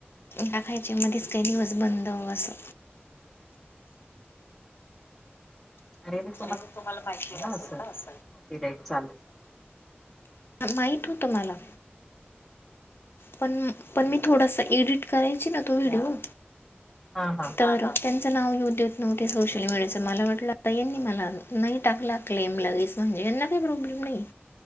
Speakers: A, on the left (about 65°); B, in the centre.
A: टाकायचे मध्येच काही दिवस बंद असं
B: अरे ना
A: तुम्हाला माहिती नसेल
B: असं
A: ना अस
B: कॉपीराईट चालत
A: माहीित होतुम्हाला पण पण मी थोडासा एडिट करायची ना तो व्हिडिओ
B: हा हा
A: त्यांचं नाव युद्यत नव्हते सोशल मीडियाच मला म्हटलं आता यांनी मला नाही टाकला क्लेम लगेच म्हणजे यांना काही प्रॉब्लेम नाही